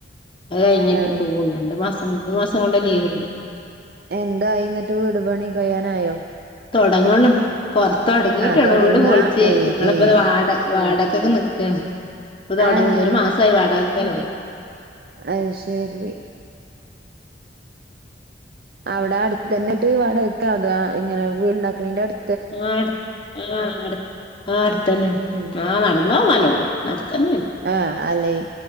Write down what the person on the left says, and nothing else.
അത് കഴിഞ്ഞിട്ട്
പോവുള്ളൂ രണ്ട് മാസം മൂന്ന് മാസം കൊണ്ട് ലീവ്ണ്ട്
തൊടങ്ങണ് കൊറ തൊടങ്ങീട്ട്ള്ളൂ
വീട് പൊളിച്ച്
ങ്ങള്പ്പ
ദേ വാട വാടകൊക്കെ നിക്കാണ് ഇപ്പ തൊടങ്ങി
ഒരു മാസായി വാടകക്കല് തൊടങ്ങി
ആഹ് അട് ആഹ് അട്ത് ആ അടുത്തന്നാണ്
ആ നടന്നോവാനൊള്ളൂ അടുത്തന്നേണ്